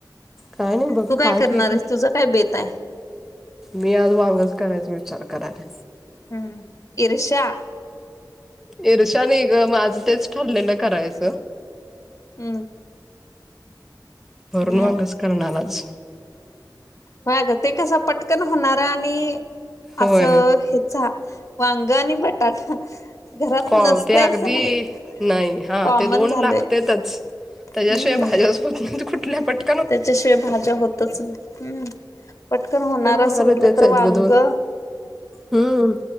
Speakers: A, in the centre; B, on the left.
A: काय नाही बघ
B: तू काय
A: हाय
B: करणार
A: ठीक
B: आहेस
A: आहे.
B: तुझं काय बेत आहे?
A: मी आज वांगच करायचं विचार करायला.
B: हम्म इर्षा.
A: इर्षा नई ग माझं तेच ठरलेलं करायचं.
B: हम्म.
A: भरुण
B: हम्म.
A: वागचं करणा म आज.
B: व्हय गं ते कसं पटकन होणार आणि
A: होय
B: असं हेचा वांग आणि बटाटा. घरात
A: कॉल
B: नसतंय
A: ते अगदी
B: असं नाही
A: नाही हा
B: कॉमन
A: ते दोन
B: झालंय.
A: लागतेतच. त्याच्याशिवाय
B: हम्म
A: भाज्याच होत नाही कुठल्या पट
B: त्याच्याशिवाय भाज्या होतच नाय हम्म. पटकन होणार असं
A: होणारे
B: म्हटलं
A: तेच
B: तर
A: आहेत
B: वांगं.
A: ग दोन हम्म